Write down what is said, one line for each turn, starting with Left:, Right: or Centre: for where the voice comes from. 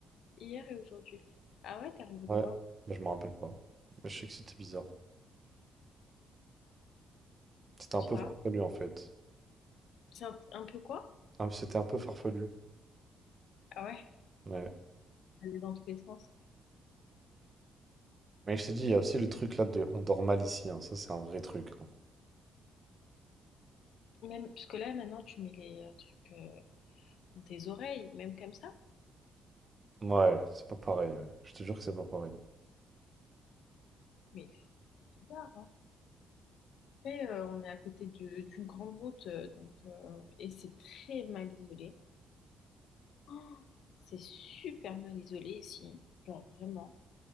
Left: Hier et aujourd'hui. Ah ouais, t'es rêvé
Right: Ouais,
Left: de quoi?
Right: mais je me rappelle pas. Mais je sais que c'était bizarre. C'était un
Left: Tu
Right: peu
Left: vois?
Right: farfelu en fait.
Left: C'est un, un peu quoi?
Right: Ah, C'était un peu farfelu.
Left: Ah ouais, ça
Right: Ouais.
Left: allait dans tous les sens.
Right: Mais je t'ai dit, il y a aussi le truc là de on dort mal ici. hein. Ça, c'est un vrai truc. hein.
Left: Même, parce que là, maintenant, tu mets les euh, trucs euh, dans tes oreilles, même comme ça.
Right: Ouais, c'est pas pareil. ouais. Je te jure que c'est pas pareil.
Left: Mais c'est bizarre, hein. Après, euh, on est à côté de- d'une grande route, euh, donc, euh, et c'est très mal isolé. Oh, c'est super mal isolé ici. Genre, vraiment,